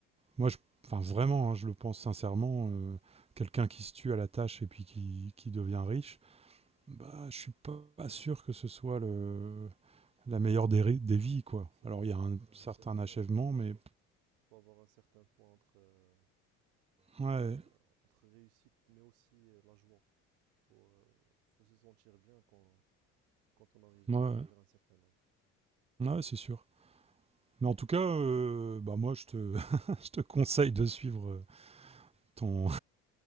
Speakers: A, on the right; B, on the right.
A: moi je enfin vraiment, hein, je le pense sincèrement, heu, quelqu'un qui se tue à la tâche et puis qui qui devient riche, bah, je suis pas pas sûr que ce soit le la meilleure des ri des vies, quoi.
B: Ouais, c'est
A: Alors
B: vrai.
A: il y a un
B: Parce
A: certain
B: qu'au final,
A: achèvement,
B: faut,
A: mais
B: euh, faut avoir un certain point entre, euh,
A: ouais, ouais,
B: euh, entre réussite mais aussi euh, la joie. Il Faut, euh, faut se sentir bien quand, quand on arrive
A: ouais.
B: euh,
A: ouais,
B: vers un certain âge.
A: c'est sûr. Mais en tout cas, heu, bah, moi je te <laughs> je te conseille de suivre, heu, ton